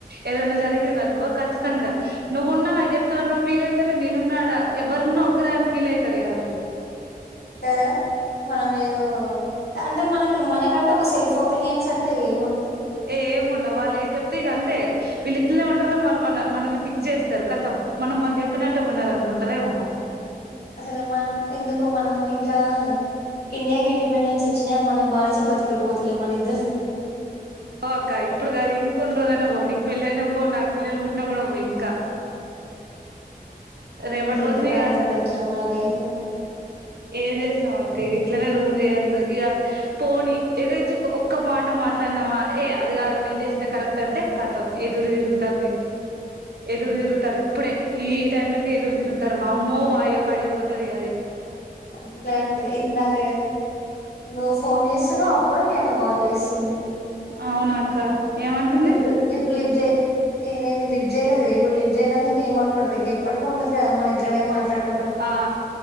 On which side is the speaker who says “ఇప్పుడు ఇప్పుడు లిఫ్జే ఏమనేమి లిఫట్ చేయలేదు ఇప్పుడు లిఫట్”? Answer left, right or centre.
Left